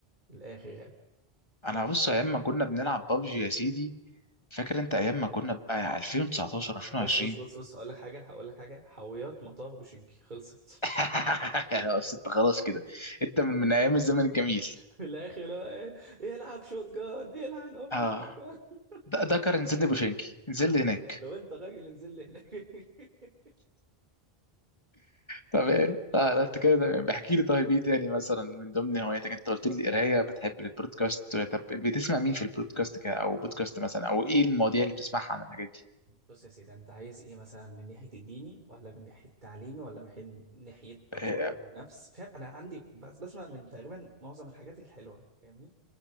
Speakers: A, on the right; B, on the left.
A: من الاخر يعني
B: انا
A: إيه.
B: بص ايام ما كنا بنلعب بابجي يا سيدي فاكر انت ايام ما كنا بقى 2019 2020
A: بص بص بص بص هقول لك حاجه هقول لك حاجه حاويات مطار بوشنكي خلصت
B: <laughs>
A: <laughs>
B: بس انت خلاص كده انت من من ايام الزمن الجميل
A: في الاخر لو إيه، يلعب شوت جارد يلعن ام
B: اه
A: شوت جارد
B: ده ده كان نزل لي بوشنكي نزل لي هناك
A: <laughs> لو انت راجل انزل لي هناك <laughs>
B: طب ايه
A: لا لا.
B: لا لا انت كده تمام احكي لي طيب ايه تاني مثلا من ضمن هواياتك انت قلت لي قرايه بتحب البودكاست طب بتسمع مين في البودكاست كده او بودكاست مثلا او ايه المواضيع اللي بتسمعها عن الحاجات دي
A: بص يا سيدي انت عايز ايه مثلا من ناحيه الديني ولا من ناحيه تعليمي ولا من حين- ناحيه تطوير
B: آه،
A: من النفس فاهم انا عندي بس بسمع من تقريبا معظم الحاجات الحلوه فاهمني